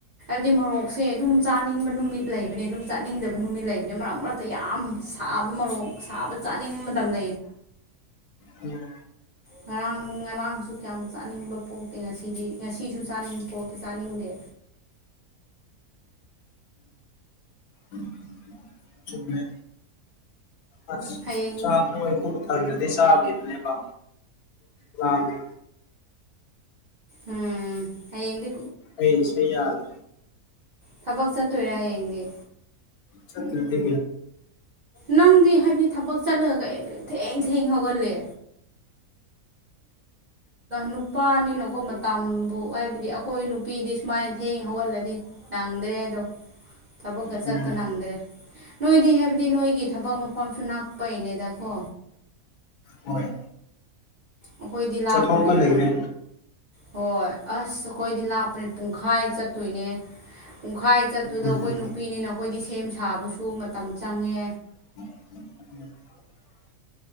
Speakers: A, on the right (about 50°); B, on the left (about 85°).
A: ꯍꯥꯏꯗꯤ ꯃꯣꯔꯣꯛꯁꯦ ꯑꯗꯨꯝ ꯆꯥꯅꯤꯡꯕ ꯅꯨꯃꯤꯠ ꯂꯩꯕꯅꯦ ꯑꯗꯨꯝ ꯆꯥꯅꯤꯡꯗꯕ ꯅꯨꯃꯤꯠ ꯂꯩꯕꯅꯤ ꯃꯔꯛ ꯃꯔꯛ ꯇ ꯌꯥꯝ ꯁꯥꯕ ꯃꯔꯣꯛ ꯁꯥꯕ ꯆꯥꯅꯤꯡꯕ ꯃꯇꯝꯗ
B: ꯎꯝ
A: ꯉꯔꯥꯡ ꯉꯔꯥꯡꯁꯨ ꯀꯌꯥꯝ ꯆꯥꯅꯤꯡꯕ ꯄꯣꯛꯇꯦ ꯉꯁꯤꯗꯤ ꯉꯁꯤꯁꯨ ꯆꯥꯅꯤꯡ ꯄꯣꯇꯨ ꯆꯥꯅꯤꯡꯗꯦ
B: ꯎꯝ ꯆꯃꯦ ꯑ
A: ꯍꯌꯦꯡ
B: ꯆꯥꯣꯏ ꯈ ꯊꯗꯤ ꯆꯥꯕꯗꯅꯦ ꯄ ꯑꯅꯤ
A: ꯎꯝꯗꯤ
B: ꯑꯩ ꯁꯤꯦ ꯌꯥꯗ
A: ꯊꯕꯥꯛ ꯆꯥꯠꯇꯣꯏꯔ ꯍꯥꯏꯡꯒ
B: ꯆꯠꯇꯗꯤ
A: ꯅꯪꯗꯤ ꯍꯥꯏꯕꯗꯤ ꯊꯕꯛ ꯆꯠꯂꯒ ꯀ ꯊꯦꯡ ꯊꯦꯡ ꯍꯧꯒꯜꯂꯦ ꯅꯨꯄꯥꯅꯤꯅꯀꯣ ꯃꯇꯝꯕꯨ ꯍꯥꯏꯕꯗꯤ ꯑꯩꯈꯣꯏ ꯅꯨꯄꯤꯗꯤ ꯁꯨꯃꯥꯏꯅ ꯊꯦꯡ ꯍꯧꯒꯠꯂꯗꯤ ꯅꯪꯗ꯭ꯔꯦ ꯍꯥꯏꯗꯣ ꯊꯕꯛꯀ ꯆꯠꯄ
B: ꯎꯝ
A: ꯅꯪꯗ꯭ꯔꯦ ꯅꯣꯏꯗꯤ ꯍꯥꯏꯕꯗꯤ ꯅꯣꯏꯒꯤ ꯊꯕꯛ ꯃꯐꯝꯁꯨ ꯉꯥꯛꯄꯩꯅꯦꯗꯀꯣ
B: ꯍꯣꯏ
A: ꯑꯩꯈꯣꯏꯗꯤ ꯂꯥꯞꯄꯅꯤꯅ
B: ꯆꯠꯊꯣꯛꯒ ꯂꯩꯅꯦ
A: ꯍꯣꯏ ꯑꯁ ꯁꯈꯣꯏꯂ ꯄꯨꯡꯈꯥꯏ ꯆ ꯇꯣꯏꯅꯦ ꯄꯨꯡꯈꯥꯏ ꯆꯠꯄꯗꯣ
B: ꯎꯝ
A: ꯑꯩꯈꯣꯏ
B: ꯎꯝ
A: ꯅꯨꯄꯤꯅꯤꯅ ꯑꯩꯈꯣꯏꯗꯤ ꯁꯦꯝ ꯁꯥꯕ ꯨ ꯃꯇꯝ ꯆꯪꯉꯦ
B: ꯎꯝ